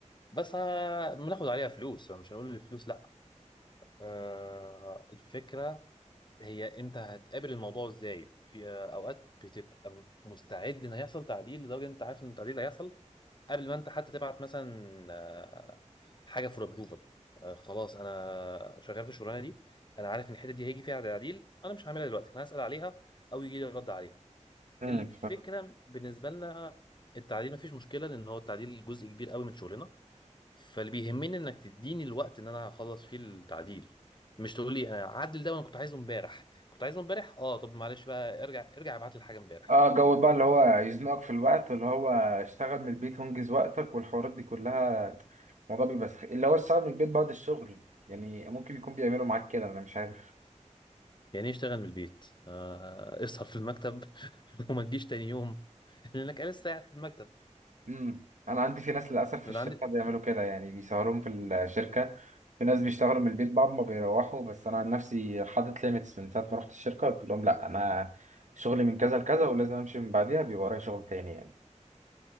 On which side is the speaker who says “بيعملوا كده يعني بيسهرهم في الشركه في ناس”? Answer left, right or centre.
Right